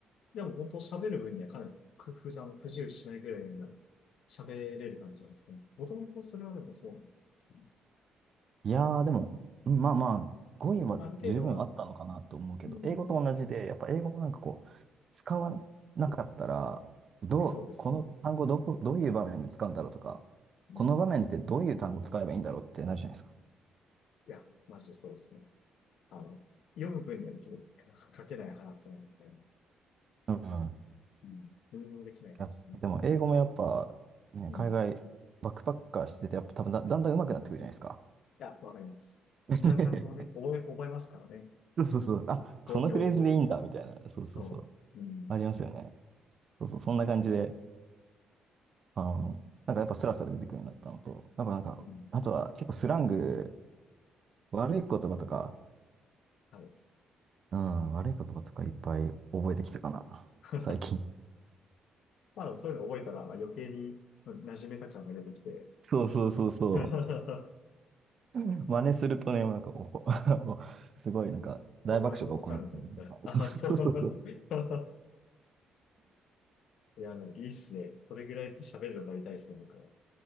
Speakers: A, on the left (about 75°); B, on the right (about 50°).
A: でも、本当喋る分にはかなりふふあの不自由しないぐらいの喋れる感じなんですね。もともとそれはでもそうなんですかね。
B: いやー、でも、うんまあまあ、語彙は十分あったのかなと思うけど、
A: ある程度は、うん。
B: 英語と同じで、やっぱ英語もなんかこう、使わなかったら、どう、
A: えそうですね。
B: この単語どこ、どういう場面で使うんだろうとか、
A: うん。
B: この場面ってどういう単語使えばいいんだろうってなるじゃないですか。
A: いや、マジでそうですね。あの、読む分にはできるけど、書けない話せないみたいな。
B: うん。
A: うん。読みもできない話がね、
B: いやでも、
A: ありますけど。
B: 英語もやっぱ、
A: い
B: ね、
A: うんい
B: 海外、バックパッカーしてて、やっぱ多分だ、だんだん上手くなってくるじゃないですか。
A: や、わかります。
B: <laughs>
A: 使う単語をね、覚え、覚えますからね。
B: そうそうそう。あ、
A: こう、
B: そのフレーズでいいんだ、
A: 用法をね。
B: みたいな。そうそうそう。
A: そう。うん。
B: ありますよね。そうそう、そんな感じで。あの、なんかやっぱスラスラ出てくるようになったのと、なんかなんか、
A: うん。
B: あとは結構スラング、悪い言葉とか、
A: はい。
B: うん、悪い言葉とかいっぱい覚えてきたかな、
A: <laughs>
B: 最近。
A: まあ、でもそういうの覚えたら、まあ、余計に馴染めた感が出てきて、
B: そうそうそうそ
A: <laughs>
B: う。うん真似するとね、なんかおこ、<laughs> もうすごいなんか大爆笑が起こる。
A: お前もわかるんだよ、みたいな。
B: <laughs>
A: あ、そう。
B: そうそうそう。
A: <laughs> いや、でもいいっすね。それぐらい喋るのになりたいっすね、僕は。